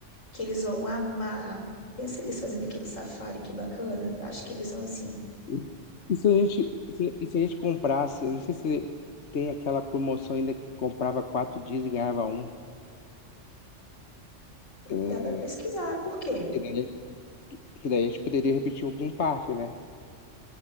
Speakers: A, on the left (about 85°); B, on the left (about 65°).
A: que eles vão amar. Pensa eles fazendo aquele safari, que bacana. Eu acho que eles vão assim.
B: sim. E se a gente, se- e se a gente comprasse, eu não sei se tem aquela promoção ainda que comprava quatro dias e ganhava um. É,
A: Dá pra pesquisar, por quê?
B: e daí, que daí a gente poderia repetir algum parque, né?